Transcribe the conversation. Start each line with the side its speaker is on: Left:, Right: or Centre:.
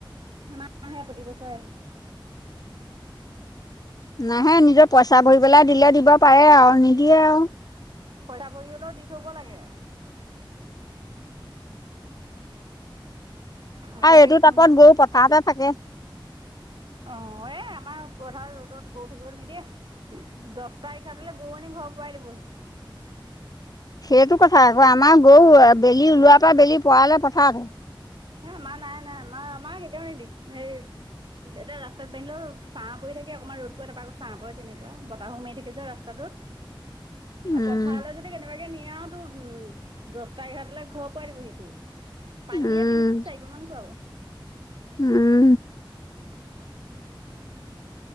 Right: আমাৰ আহে প্ৰতিবছৰে আহে
Left: নাহে নিজৰ পইচা ভৰি পেলাই দিলে দিব পাৰে আৰু নিদিয়ে আৰু।
Right: পইছা পৰিগলৈও দি থব লাগে। আকৌ
Left: আৰু
Right: সেই
Left: এইটো
Right: ধূনা
Left: তাকত বৌ পথাৰতে থাকে।
Right: অ, এ আমাৰ পথাৰ ৰ'দত গৰু থাকিব নিদিয়ে। দছটা এঘৰতালৈ গৌ আনিম ঘৰ পুৱাই দিবহি।
Left: সেইটো কথা আকৌ আমাৰ গৰু বেলি ওলোৱাৰ পৰা বেলি পাৰালে পথাৰটে
Right: হে আমাৰ নাই নাই আমাৰ কেতিয়াও নিদিয়ে এই এতিয়া ৰাস্তাত বান্ধিলেও ছাহ পৰি থাকে অকণমান ৰ'দ পোৱা তাৰ আকৌ চাহ পৰে তেনেকুৱা বতাহো মাৰি থাকে যে ৰাস্তাটোত
Left: <inaudible> উম।
Right: আৰু পথাৰলৈ যদি কেনেবাকে নিয়াও তো উম দছটা, এঘাৰটালে ঘৰ পুৱাই দিবহিটো পানীয়ে
Left: উম,
Right: দিনটোত চাৰি বাৰ মান খুৱাব।
Left: উম,